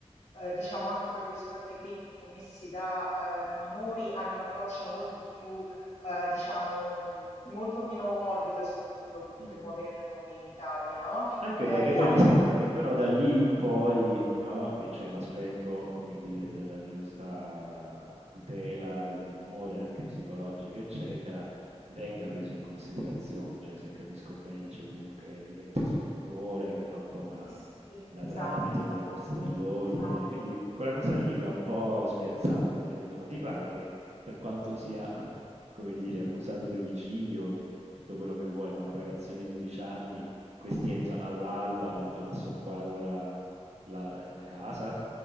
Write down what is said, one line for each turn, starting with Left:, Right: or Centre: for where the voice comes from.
Left: eh, diciamo anche proprio rispetto ai crimini commessi da eh, minori, hanno un approccio molto più, eh, diciamo, mh, molto meno morbido rispetto a quello che potremmo
Right: Mh. Mh.
Left: avere da noi in Italia, no?
Right: Anche
Left: Eh,
Right: perché
Left: però
Right: poi mi
Left: sì,
Right: sembra che però da lì in poi no, c'è l'aspetto, come dire, della giusta tutela del minore, anche psicologica, eccetera, venga preso in considerazione. Cioè, se capisco bene, c'è uno che diventa il suo tutore, che fa un po' da,
Left: sì, sì, sì,
Right: da
Left: esatto,
Right: tramite
Left: esatto,
Right: con le forze dell'ordine.
Left: esatto.
Right: Quindi quella cosa lì mi ha un po' spiazzato, perché ho detto, ma ti pare che per quanto sia, <laughs> come dire, accusato di omicidio, tutto quello che vuoi, ma un ragazzino di 12 anni questi entrano all'alba, mettono a soqquadro la la la casa?